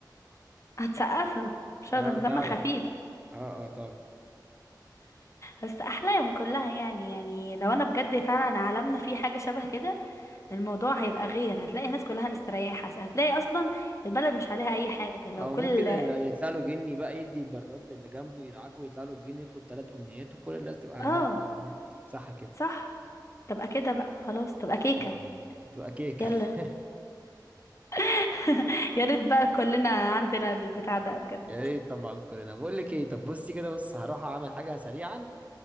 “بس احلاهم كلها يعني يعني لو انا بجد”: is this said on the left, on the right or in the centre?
Left